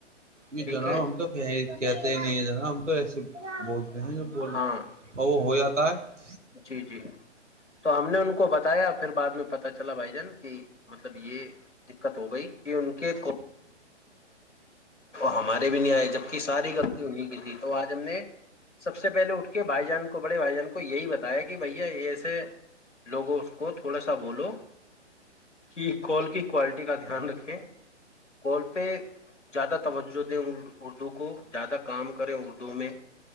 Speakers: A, on the right; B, on the left.
A: یہ
B: ٹھیک
A: جناب
B: ہے
A: ہم تو کہتے نہیں ہے جناب ہم تو ایسی بولتے ہیں ج بول
B: ہاں
A: وہ ہو جاتا آ <inaudible>
B: جی جی تو ہم نے ان کو بتایا پھر بع میں پتا چلا بھائی جان کی مطلب یہ دقت ہو گئی کہ ان کے ہمارے بھی نہیں آئے جبک ساری غلط انہیں کی تھی تو آج ہم نے سب سے پہلے اٹھ کے بھائی جان کو بڑے بھائی جان کو یہی بتا بتایا کہ بھیا یہ ایسے لوگوں اس کو تھوڑا سا بولو کہ کال کی کوالٹی کا دھیان رکھیں کال پہ زیادہ توجہ دیں اردو کو زیادہ کام کریں اردو میں